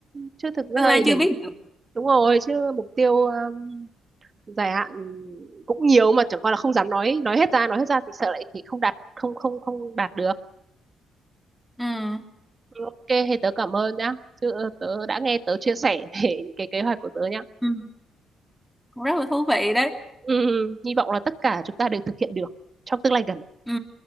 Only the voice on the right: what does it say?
chứ thực ra
thì để
đúng rồi chứ mục tiêu um, dài hạn cũng nhiều mà chẳng qua là không dám nói nói hết ra nói hết ra thì sợ lại thì không đạt không không không đạt được
Ừ, ok thế tớ cảm ơn nhá chứ ờ, tớ đã nghe tớ chia sẻ <laughs> về những cái kế hoạch của tớ nhá
ừ, ừ, hy vọng là tất cả chúng ta đều thực hiện được trong tương lai gần